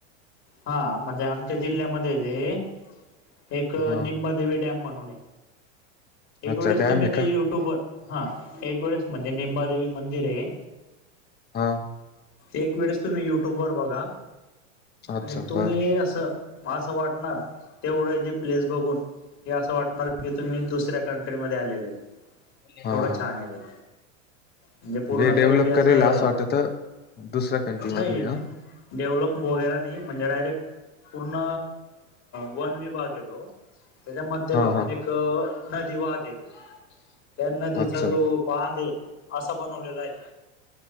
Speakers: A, on the left; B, on the left.
A: हा म्हणजे आमच्या जिल्ह्यामध्ये ते एक
B: हा
A: निंबादेवी डॅम म्हणून आहे. एक
B: अच्छा
A: वेळेस
B: डॅम
A: तुम्ही
B: आहे
A: ते
B: का
A: युट्यूबवर हा एक वेळेस म्हणजे निंबादेवी मंदिर आहे.
B: हाव.
A: एक वेळेस तुम्ही युट्यूबवर बघा.
B: अच्छा
A: म्हणजे तुम्ही
B: बर
A: असं मग असं वाटणार तेवढं जे प्लेस बघून हे असं वाटणार, की तुम्ही दुसऱ्या कंट्रीमध्ये आलेले हाय.
B: हा
A: एवढं
B: हा
A: छान आहे ते. म्हणजे पूर्ण
B: डेव्हलप
A: काही ते असं
B: करेल वाटत दुसऱ्या कंट्री
A: नाही.
B: मधले हा
A: डेव्हलप वगैरे नाही म्हणजे डायरेक्ट पूर्ण वन विभाग आहेे तो. त्याच्या मध्य
B: हा
A: भागून
B: हा
A: एक नदी वाहते येते, त्या नदीचा
B: अच्छा
A: जो बांध आहे असा बनवलेला आहे.